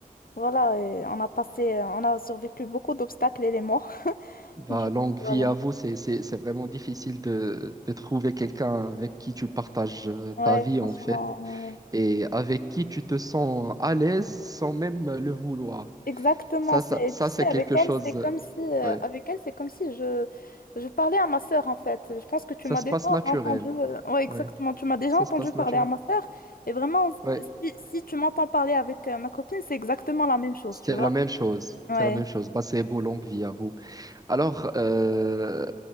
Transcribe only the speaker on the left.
voilà, et on a passé, euh, on a survécu beaucoup d'obstacles, elle et moi. <laughs>
Du coup,
voilà.
Ouais,
franchement,
ouais.
Exactement,
c'est,
tu sais,
avec elle,
c'est comme
si, euh,
avec elle, c'est comme si je, je parlais à ma sœur, en fait. Je pense que tu
m'as
déjà
entendu, euh, ouais, exactement,
tu m'as déjà
entendu
parler
à ma sœur. Et vraiment,
si, si tu m'entends parler avec euh, ma copine, c'est exactement la même chose,
tu vois.
Ouais.